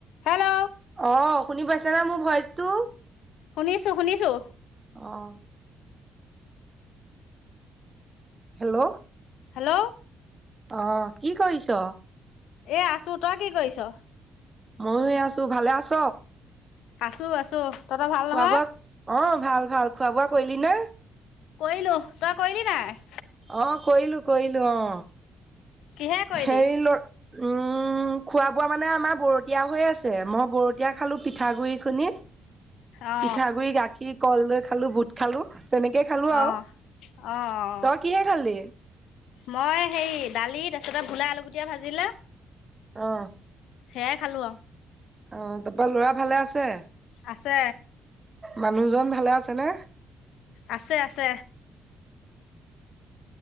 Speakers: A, on the left; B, on the right.
A: Hello!
B: অ', শুনি পাইছানা মোৰ ভইচটো?
A: শুনিছোঁ, শুনিছোঁ।
B: অ'। হেল্ল'!
A: হেল্ল'?
B: অ কি কৰিছ?
A: এ আছো, তই কি কৰিছ?
B: ময়ো এ আছো ভালে আছ?
A: আছো আছো। তহঁতৰ ভাল নহয়
B: খোৱা -বোৱা, অ ভাল ভাল, খোৱা - বোৱা কৰিলি নে?
A: কৰিলো, তই কৰিলি নাই?
B: অ কৰিলো কৰিলো অ।
A: কিহে কৰিলি
B: হেৰি ল উম খোৱা বোৱা মানে আমাৰ বতীয়া হৈ আছে মই ব তিয়া খালোঁ পিঠাগুড়িখিনি।
A: অ
B: পিঠাগুৰি, গাখীৰ, কল লৈ খালো, বুট খালো তেনেকেই খালো আৰু।
A: অ অ অ।
B: তই কিহে খালি?
A: মই হে দালি তাৰপছিতে ভোলাই আলুগুটীয়া ভাজিলে।
B: অ।
A: সেয়াই খালো আৰু।
B: অ তাৰপা ল'ৰা ভালে আছে?
A: আছে।
B: মানুহজন ভালে আছেনে?
A: আছে আছে।